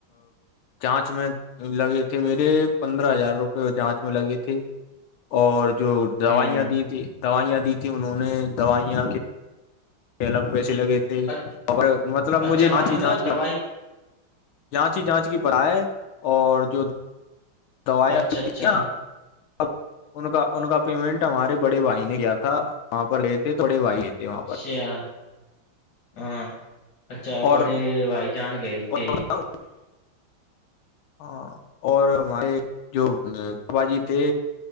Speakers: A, on the left (about 80°); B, on the left (about 60°).
A: جانچ میں لگی تھی میرے پندرہ ہزار روپئے وہ جانچ میں لگی تھی اور جو دوائیاں
B: ہوں
A: دی تھی دوائیاں دی تھیں انہوں نے دوائیاں کے الگ پیسے لگے تھے
B: اچ-
A: اور مطلب
B: اچھا
A: مجھے جانچ
B: ماشاء
A: ہی
B: اللہ
A: جانچ کے
B: دوائی
A: جانچ ہی جانچ کی پڑائے اور جو دوائیاں
B: اچھا اچھا
A: اب ان کا ان کا پیمنٹ ہمارے بڑے بھائی نے کیایا تھا وہاں پر رہتے تھڑے بھائی ہو تھے وہاں پر
B: اچھا <unintelligible> ہاں اچھا
A: اور
B: بڑے بھائی جان گئے
A: بتاؤں
B: تھے
A: ہاں اور ہمارے جو باباجی تھے